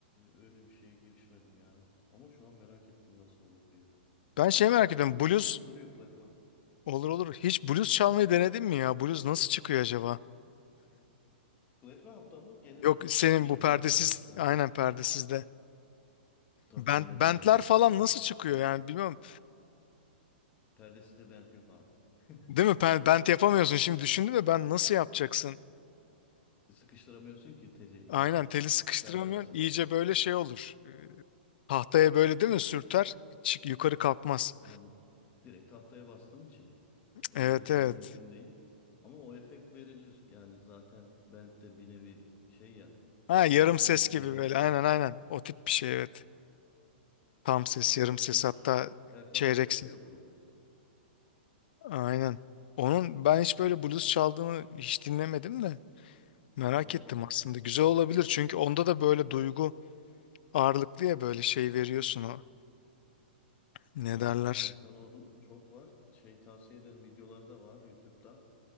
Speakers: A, on the left; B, on the left.
A: öyle bir şeye girişmedim ya. Ama şu an merak ettim nasıl olur diye.
B: Ben şey
A: Bir
B: merak
A: aklımın
B: ediyorum.
A: köşesinde
B: Blues
A: duruyor flat
B: olur olur. Hiç blues çalmayı denedin mi ya? Blues nasıl çıkıyor acaba?
A: Flatland'da mı genel
B: Yok
A: olarak?
B: senin
A: Şeyden
B: bu perdesiz
A: perdesiz gitar
B: aynen
A: mı?
B: perdesiz de.
A: Tabii
B: Bent,
A: denedim
B: bentler
A: ya.
B: falan
A: Birkaç
B: nasıl çıkıyor yani bilmiyorum.
A: perdesiz de bent yok abi. <laughs>
B: Değil mi? Ben- Bent yapamıyorsun. Şimdi düşündüm de ben nasıl yapacaksın?
A: Sıkıştıramıyorsun ki teli
B: Aynen
A: yani
B: teli sıkıştıramıyorsun.
A: iki perde arasındasın.
B: İyice böyle şey olur. Ee, Tahtaya böyle değil mi sürter? Çık, yukarı kalkmaz.
A: Aynen. Direkt tahtaya bastığın için öyle
B: Evet
A: bir şey
B: evet.
A: mümkün değil. Ama o efekt verilir. Yani zaten bent de bir nevi şey ya
B: Ha yarım
A: glissando
B: ses gibi
A: diyebiliriz
B: böyle.
A: ya.
B: Aynen aynen. O tip bir şey evet. Tam ses,
A: Yapılabilir.
B: yarım ses hatta
A: Erkan
B: çeyrek
A: Oğur yapıyor
B: ses.
A: bunu.
B: Aynen. Onun ben hiç böyle blues çaldığını hiç dinlemedim de. Merak
A: Var
B: ettim
A: var.
B: aslında. Güzel olabilir çünkü onda da böyle duygu ağırlıklı ya böyle şey veriyorsun o. Ne
A: Var
B: derler?
A: var. Erkan Oğur'un çok var. Şey tavsiye ederim videoları da var YouTube'da.